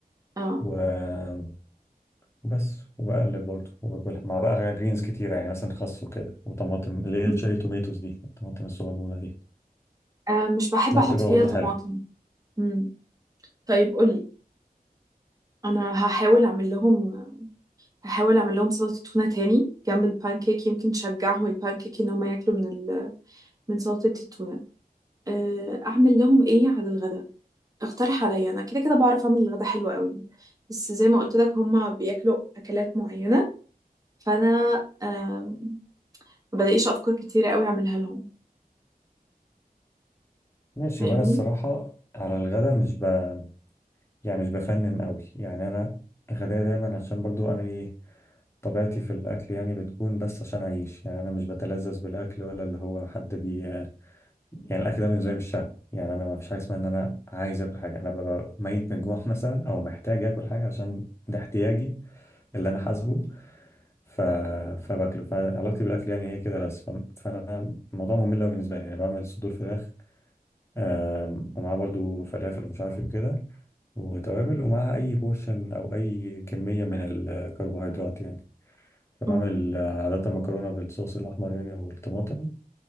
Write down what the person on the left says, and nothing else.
و- وبس وبقلب برضه وباكلها مع بقى جرينز كتيره يعني مثلا خس وكده وطماطم اللي هي
الشيري توميتوز دي الطماطم الصغنونه دي
ده
بتبقى
برضه
حلو
ماشي
وانا الصراحه على الغدا مش بقى يعني مش بفنن قوي يعني انا غدايا دايما عشان برضو انا ايه طبيعتي في الاكل يعني بتكون بس عشان اعيش يعني انا مش بتلذذ بالاكل ولا اللي هو حد بي يعني الاكل ده بالنسبه لي مش شهوه يعني انا ما فيش حاجه اسمها ان انا عايز اكل حاجه انا ببقى ميت من الجوع مثلا او محتاج اكل حاجه عشان ده احتياجي اللي انا حاسبه ف... فباكله فعلاقتي بالاكل يعني هي كده بس ف... فانا الموضوع ممل أوي بالنسبه لي يعني بعمل صدور فراخ آم، ومعاه برضو فلافل ومش عارف ايه وكده وتوابل ومعاها أي بورشن أو أي كمية من الكربوهيدرات يعني فبعمل
عادة مكرونة بالصوص الأحمر يعني أو الطماطم